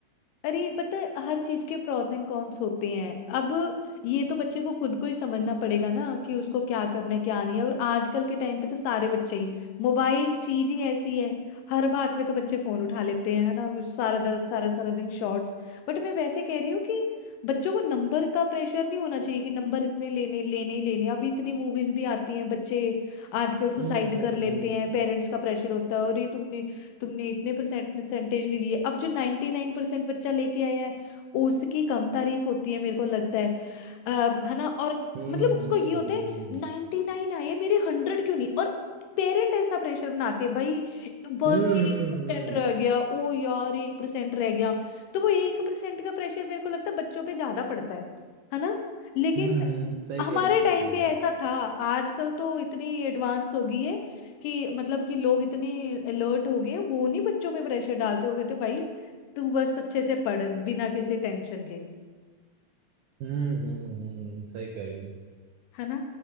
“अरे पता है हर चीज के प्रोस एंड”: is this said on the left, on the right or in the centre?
Left